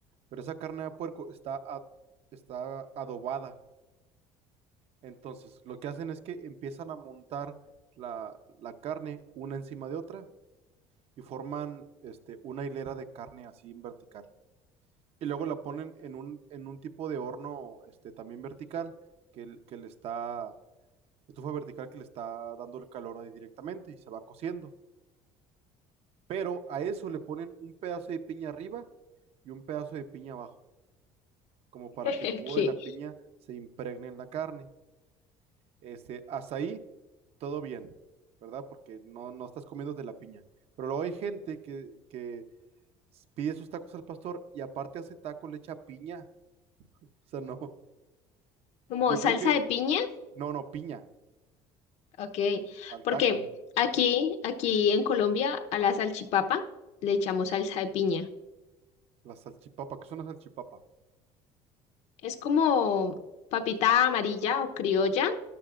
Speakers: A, on the right; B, on the left.
A: pero esa carne de puerco está, a- está adobada. Entonces, lo que hacen es que empiezan a montar la, la carne una encima de otra y forman este, una hilera de carne así en vertical. Y luego la ponen en un, en un tipo de horno este, también vertical que, l- que le está Estufa vertical que le está dando el calor ahí directamente y se va cociendo. Pero a eso le ponen un pedazo de piña arriba y un pedazo de piña abajo, como para
B: <laughs>
A: que el jugo
B: ¿Qué?
A: de la piña se impregne en la carne. Este, hasta ahí todo bien, ¿verdad? Porque no, no estás comiendo de la piña. Pero luego hay gente que, que s- pide sus tacos al pastor y aparte hace taco, le echa piña. <laughs> O sea, no.
B: ¿Como
A: Yo
B: salsa
A: creo que,
B: de piña?
A: no, no, piña
B: Ok,
A: al
B: porque
A: taco.
B: aquí, aquí en Colombia, a la salchipapa le echamos salsa de piña.
A: La salchipapa, ¿qué es una salchipapa?
B: Es como papita amarilla o criolla